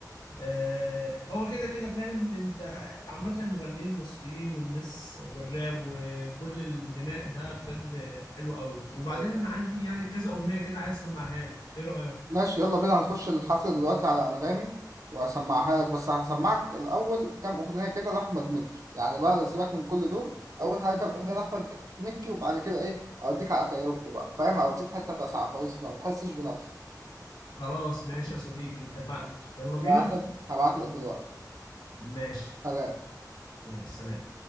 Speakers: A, on the left (about 85°); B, on the right (about 50°).
A: آه هو كده كده فاهم انت عامة المغنيين المصريين والناس والراب وكل الغناء ده بجد حلو قوي وبعدين
B: ايوه
A: انا عندي يعني كذا اغنية كده عايز اسمعها لك ايه رأيك
B: ماشي يلا بينا هنخش الحفلة دلوقتي على أنغامي وهسمعها لك بس هسمعك الأول كام أغنية كده لأحمد مكي يعني بقى سيبك من كل دول أول حاجة كام أغنية لأحمد مكي وبعد كده إيه أوديك على كايروكي بقى فاهم أوديك حتة تسعة خالص ما بتحسش بنفسك
A: خلاص ماشي يا صديقي اتفقنا
B: ماشي
A: يلا بينا
B: هبعت لك هبعت لك دلوقتي
A: ماشي
B: سلام
A: ماشي سلام